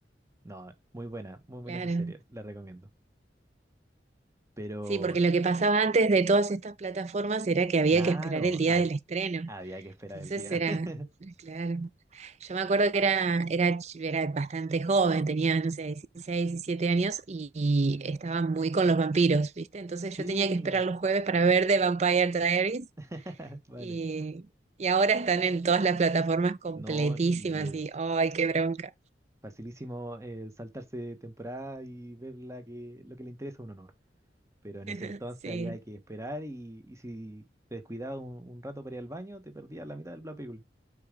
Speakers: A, on the right (about 15°); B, on the right (about 40°).
A: No, muy buena, muy buena
B: Claro.
A: esa serie, la recomiendo. Pero,
B: Sí, porque lo que pasaba antes de todas estas plataformas era que había
A: claro,
B: que esperar el día
A: habi-
B: del estreno.
A: había que esperar
B: Entonces
A: el día.
B: era,
A: <laughs>
B: claro. Yo me acuerdo que era, era, ch- era bastante joven, tenía, no sé, 16 17 años y, y estaba muy con los vampiros, ¿viste? Entonces
A: Sí,
B: yo tenía que esperar los jueves para ver The Vampire Diaries
A: <laughs> vale.
B: y, y ahora están en todas las plataformas completísimas
A: No, y es
B: y, ¡ay, qué bronca!
A: facilísimo eh, saltarse temporada y ver la que, lo que le interesa a uno, ¿no? Pero en ese
B: <laughs>
A: entonces
B: Sí,
A: había que esperar y, y si te descuidabas un, un rato para ir al baño, te perdías la mitad de la película.